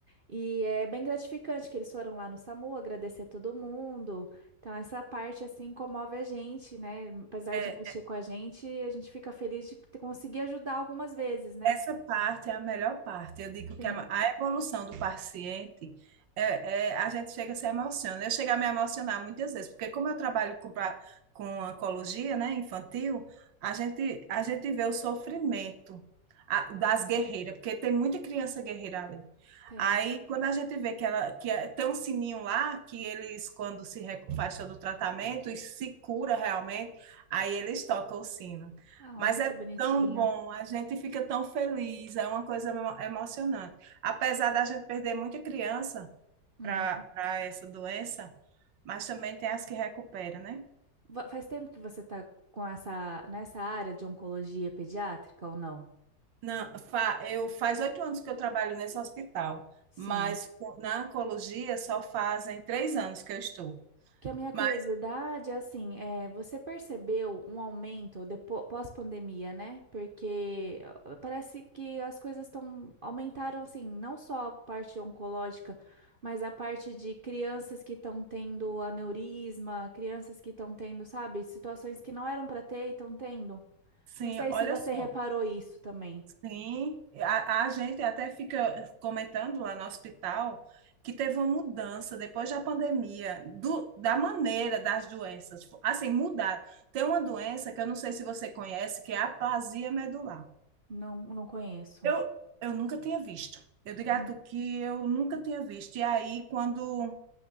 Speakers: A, on the right (about 45°); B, on the right (about 85°).
A: E é bem gratificante que eles foram lá no SAMU agradecer todo mundo. Então, essa parte, assim, comove a gente, né? Apesar
B: É,
A: de mexer com a gente, a gente fica feliz de ter- conseguir ajudar algumas vezes, né?
B: Essa parte é a melhor parte. Eu digo
A: Sim,
B: que a, a evolução do paciente é, é- a gente chega a se emociona. Eu chego a me emocionar muitas vezes, porque como eu trabalho com, pra- com oncologia, né, infantil, a gente a gente vê o sofrimento a- das guerreiras, porque tem muita criança guerreira ali.
A: tem.
B: Aí, quando a gente vê que ela que é- tem um sininho lá, que eles, quando se recu- faz todo o tratamento e se cura realmente, aí eles tocam o sino.
A: Ah,
B: Mas é
A: que bonitinho.
B: tão bom, a gente fica tão feliz, é uma coisa emo- emocionante. Apesar da gente perder muita criança
A: Uhum.
B: para para essa doença, mas também tem as que recupera, né?
A: Va- Faz tempo que você tá com essa, nessa área de oncologia pediátrica ou não?
B: Não, fa, eu faz oito anos que eu trabalho nesse hospital,
A: Sim.
B: mas co- na oncologia só fazem três anos que eu estou.
A: Que a minha
B: Mas
A: curiosidade é assim, é, você percebeu um aumento depois, pós-pandemia, né? Porque ó, parece que as coisas estão aumentaram assim, não só a parte oncológica, mas a parte de crianças que estão tendo aneurisma, crianças que estão tendo, sabe, situações que não eram para ter e estão tendo.
B: sim,
A: Não sei
B: olha
A: se você
B: só.
A: reparou isso também.
B: Sim, a, a gente até fica comentando lá no hospital que teve uma mudança depois da pandemia, do, da maneira das doenças. Tipo, Assim, mudaram. Tem uma doença que eu não sei se você conhece, que é a aplasia medular.
A: Não, não conheço.
B: Eu, eu nunca tinha visto. Eu digo
A: Uhum.
B: a tu que eu nunca tinha visto. E aí, quando,